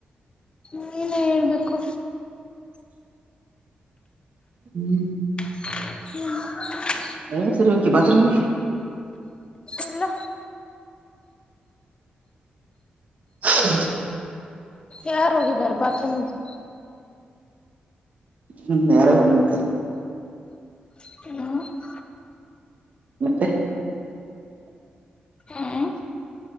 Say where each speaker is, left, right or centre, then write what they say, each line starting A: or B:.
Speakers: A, on the left; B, on the right.
A: ನೀನೆ ಹೇಳಬೇಕು
B: ಹ್ಮ್
A: ಕ <unintelligible>
B: ಎಲ್ಲ ಸಲಿ ಹೋಗತಿ ಬಾತ್ರೂಮ್ ಗೆ
A: ಇಲ್ಲ
B: ಹ
A: ಯಾರು ಹೋಗಿದ್ದಾರೆ ಬಾತ್ರೂಮ್ಗೆ.
B: ಹ್ಮ್ ನೇರ ಬಂದಂಟು
A: ಹ
B: ಮತ್ತೆ
A: ಹ್ಮ್